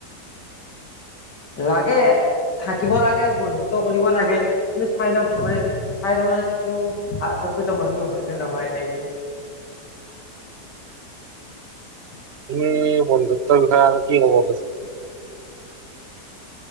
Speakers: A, on the left; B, on the right.
A: লাগে থাকিব লাগে বন্ধুত্ব কৰিব লাগে কিন্তু চাই ল মানে চাই ল'ব লাগে তেওঁ ভাল প্ৰকৃত বন্ধু হয়নে নহয় নেকি?
B: উম বন ত আৰু কি হব ব।